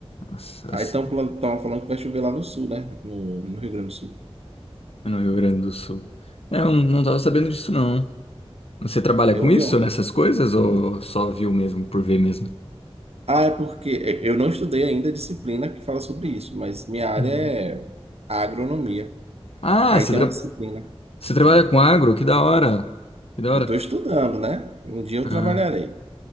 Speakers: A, on the left; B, on the right.
A: nossa, vai
B: Aí
A: ser-
B: estão falando que vai chover lá no sul, né? No, no Rio Grande do Sul.
A: é no Rio Grande do Sul. É, Eu não, não tava sabendo disso, não. Você trabalha
B: Eu
A: com
B: ouvi
A: isso,
B: ó.
A: nessas coisas, ou só viu mesmo, por ver mesmo?
B: Ah, é porque é, eu não estudei ainda a disciplina que fala sobre isso, mas minha área
A: Uhum.
B: é a agronomia.
A: Ah,
B: Aí
A: você,
B: tem
A: tra-
B: uma disciplina
A: você
B: de.
A: trabalha com agro? Que da hora. Que da
B: Eu
A: hora.
B: estou estudando, né? Um dia eu
A: Ah.
B: trabalharei.